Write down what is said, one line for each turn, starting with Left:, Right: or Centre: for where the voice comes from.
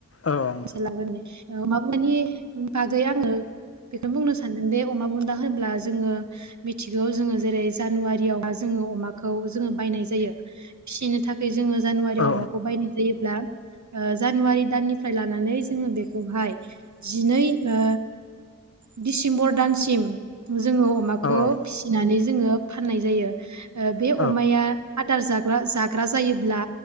Left: औ
Right: <inaudible> माबानि बागै आङो बेखौनो बुंनो सानो सानदों दे अमा बुन्दा होनब्ला जोङो मिथिगौ जेरै जानुवारि याव जोङो अमाखौ जोङो बायनाय जायो फिनो थाखाय जोङो जानुवारियाव
Left: औ
Right: अमाखौ बायनाय जायोब्ला ओ जानुवारि दाननिफ्राय लानानै जोङो बेखौहाय जिनै ओ दिडिसेम्बर दानसिम जोङो अमाखौ
Left: औ
Right: फिसिनानै जोङो फाननाय जायो बे
Left: औ नोंथां औ
Right: अमाया आदार जाग- ब्ला जाग्रा जायोब्ला